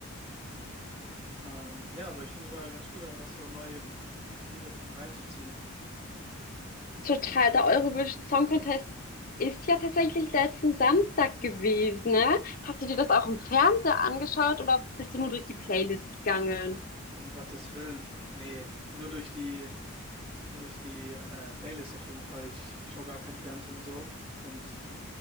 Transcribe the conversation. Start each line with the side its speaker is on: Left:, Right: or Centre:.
Right: ähm, ja, aber ich finde es mal ganz gut, einfach so neue Lieder sich mal reinzuziehen.
Left: Total, der Eurovision Song Contest ist ja tatsächlich letzten Samstag gewesen, ne? Hast du dir das auch im Fernseher angeschaut oder bist du nur durch die Playlist gegangen?
Right: Um Gottes Willen. Nee, nur durch die Nur durch die äh, Playlist auf jeden Fall. Ich schaue gar kein Fernsehen so. Und